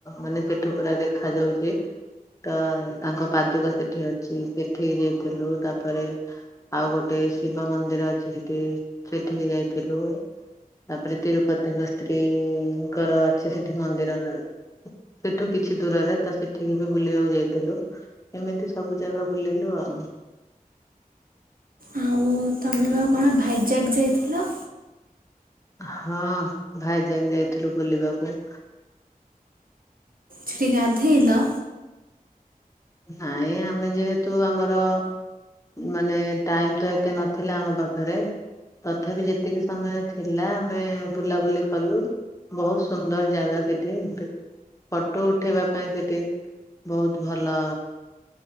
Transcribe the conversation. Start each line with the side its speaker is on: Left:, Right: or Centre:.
Left: ମାନେ ସେଠୁ ପୁରା ଦେଖାଯାଉଛି। ତ ତାଙ୍କ ପାଦୁକା ସେଠି ଅଛି। ସେଠି ଯାଇଥିଲୁ ତାପରେ ଆଉ ଗୋଟେ ଶିବ ମନ୍ଦିର ଅଛି ସେଠି ସେଠିକି ଯାଇଥିଲୁ। ତାପରେ ତିରୁପତିଙ୍କ ସ୍ତ୍ରୀଙ୍କର ଅଛି ସେଠି ମନ୍ଦିର। ସେଠୁ କିଛି ଦୂରରେ ତ ସେଠିକି ବି ବୁଲିବାକୁ ଯାଇଥିଲୁ ଏମିତି ସବୁ ଜାଗା ବୁଲିଲୁ ଆଉ।
Right: ଆଉ ତମେ ବା କଣ ଭାଇଜାକ୍ ଯାଇଥିଲ?
Left: ହଁ ଭାଇ ଯାକ ଯାଇଥିଲୁ ବୁଲିବାକୁ।
Right: ସେଠି ଗାଧେଇ ଲ?
Left: ନାଇଁ ଆମେ ଯେହେତୁ ଆମର। ମାନେ ଟାଇମ ତ ଏତେ ନଥିଲା ଆମ ପାଖରେ। ତଥାପି ଯେତିକି ସମୟ ଥିଲା ଆମେ ବୁଲାବୁଲି କଲୁ। ବହୁତ ସୁନ୍ଦର ଜାଗା ସେଠି। ଫଟୋ ଉଠେଇବା ପାଇଁ ସେଠି ବହୁତ ଭଲ।